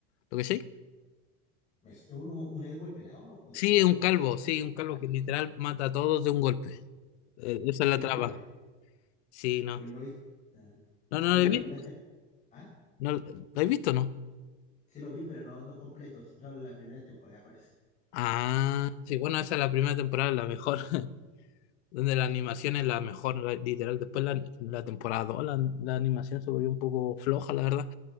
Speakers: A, on the left; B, on the left.
A: ¿Lo que sí?
B: ¿Es uno un héroe pelado? ¿O
A: Sí,
B: sí?
A: es un calvo, sí,
B: Ah,
A: un calvo que literal mata a todos de un golpe. Eh, esa es
B: sí,
A: la traba.
B: sí la vi.
A: Sí, no.
B: pero no vi. ah,
A: No, no
B: yo
A: lo
B: vi
A: he
B: la
A: visto.
B: primera temporada. ¿Ah?
A: No, ¿lo he visto, no?
B: Sí lo vi, pero no, no completos Yo la primera temporada parece.
A: Ah, sí, bueno, esa es la primera temporada, la mejor, <laughs> donde la animación es la mejor, la- literal. Después la, la temporada 2 la, la animación se volvió un poco floja, la verdad.